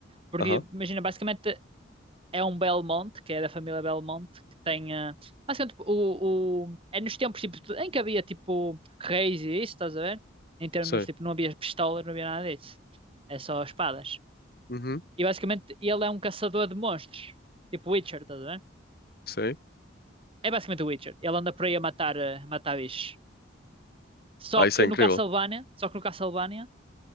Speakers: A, on the right; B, on the left.
A: Porque
B: Aham.
A: imagina, basicamente é um Belmonte, que é da família Belmonte, que tem. eh, basicamente, o, o- é nos tempos tipo, de- em que havia tipo reis e isso, estás a ver? Em termos
B: Sim.
A: tipo, não havia pistolas, não havia nada disso. É só espadas.
B: Uhum.
A: E basicamente, ele é um caçador de monstros, tipo Witcher, estás a ver?
B: Sim.
A: É basicamente o Witcher. Ele anda por aí a matar, eh, a matar bichos. Só
B: Ah,
A: que
B: isso é incrível.
A: no Castlevania, só que no Castlevania,